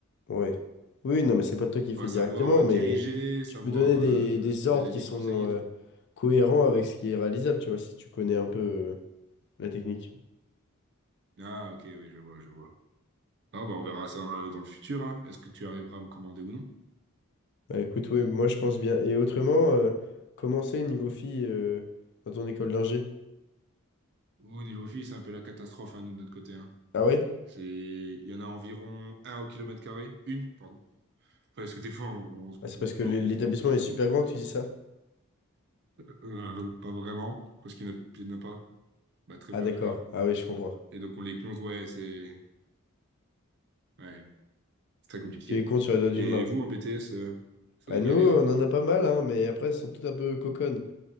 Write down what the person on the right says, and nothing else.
faut
savoir
euh, diriger,
savoir
euh,
donner
des
conseils et
tout.
Ah ok, oui, je vois, je vois. non bah, on verra ça dans le, dans le futur. hein. Est-ce que tu arriveras à me commander ou non?
Au niveau fille, c'est un peu la catastrophe hein, nous, de notre côté. hein.
C'est, il y en a environ un au kilomètre carré, une, pardon. Ouais, Parce que des fois, on, on se confond.
Bah,
on confond
entre les filles.
quoi.
Euh, pas vraiment, parce qu'il n'y en a, il y en a pas. Bah, très peu
en tout cas.
Et donc on les compte, ouais, c'est, ouais, C'est très compliqué.
Et,
et vous, en BTS, euh, ça
doit y
aller,
non?